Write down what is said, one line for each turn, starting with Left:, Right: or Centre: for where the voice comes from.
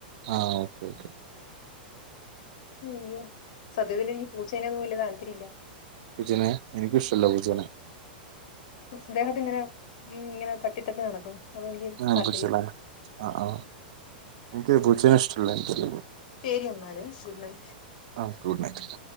Right: ആ ഓക്കെ ഓക്കെ
Left: ഹയ്യോ സത്യത്തിൽ ഈ പൂച്ചേനെയൊന്നും വലൃ താല്പര്യമില്ല
Right: പൂച്ചേനേ എനിക്കും ഇഷ്ടല്ല പൂച്ചേനേ
Left: ദ്ദേഹത്തിങ്ങനെ ഉം ഇങ്ങനെ തട്ടി തട്ടി നടക്കും അതെനിക്ക്
Right: ആ
Left: താല്പര്യമില്ല
Right: പൂച്ചല്ലേ ആ അ എനിക്ക് പൂച്ചനേ ഇഷ്ടല്ല എനിക്ക് <unintelligible>
Left: ശെരി എന്നാല് ഗുഡ് നൈറ്റ്
Right: ആ ഗുഡ് നൈറ്റ്